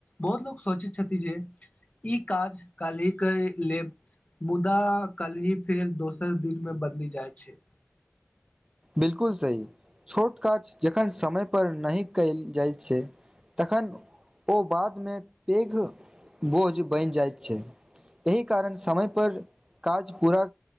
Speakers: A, on the left (about 30°); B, on the right (about 15°).
A: बहुत लोक सोचैत छथि जे ई काज काल्हि कय लेब मुदा काल्हि फेर दोसर दिन में बदलि जाइ छै।
B: बिलकुल सही छोट काज जखन समयपर नहि कैल जाइत छै। तखन ओ बादमें पैघ बोझ बनि जाइत छै, एहि कारण समय पर काज पूरा